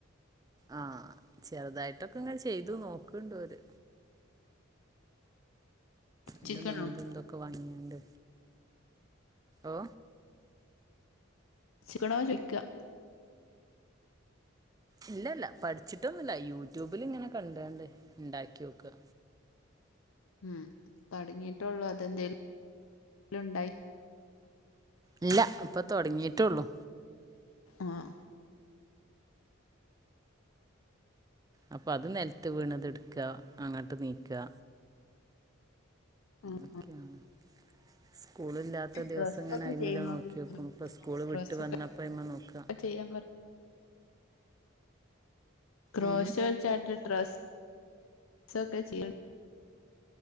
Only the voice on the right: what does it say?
ആഹ ചെറുതായിട്ടൊക്കെ ഇങ്ങെ ചെയ്തു നോക്കണ്ടോ അവര്. എന്റെ
നൂല ഇന്തൊക്കെ വങ്ങിയണ്ട് ഓ,?
ഇല്ല ഇല്ല പഠിച്ചിട്ടൊന്നുമില്ല യൂട്യൂബിൽിങ്ങനെ കണ്ടണ്ട് ഉണ്ടാക്കി നോക്കുവാ.
ഇല്ല, ഇപ്പൊ തുടങ്ങിയിട്ടുള്ളു.
അപ്പൊ അത് നിലത്ത് വീണത എടുക്കുക അങ്ങോട്ട് നീക്കുക
ഒക്കെയാണ് സ്കൂളില്ലാത്ത ദിവസം
ഇങ്ങനെ അതിന്മേൽ
നോക്കും ഇപ്പ സ്കൂള്
വിട്ട് വന്നപ്പോ അതിന്മേൽ നോക്ക.
ഉം